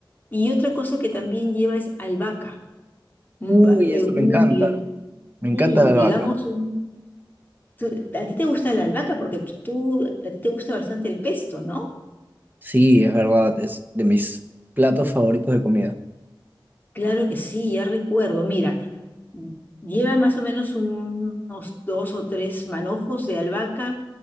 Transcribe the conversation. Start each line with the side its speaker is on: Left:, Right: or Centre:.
Left: Y otra cosa que también lleva es albahaca. Un,
Right: Uy,
Left: ba- eh,
Right: eso
Left: un
Right: me encanta.
Left: di-
Right: Me
Left: y
Right: encanta la albahaca.
Left: digamos, un- tú- a ti te gusta la albahaca porque tú, a ti te gusta bastante el pesto, ¿no?
Right: Sí, es verdad, es de mis platos favoritos de comida.
Left: Claro que sí, ya recuerdo. Mira. Lleva más o menos un- unos dos o tres manojos de albahaca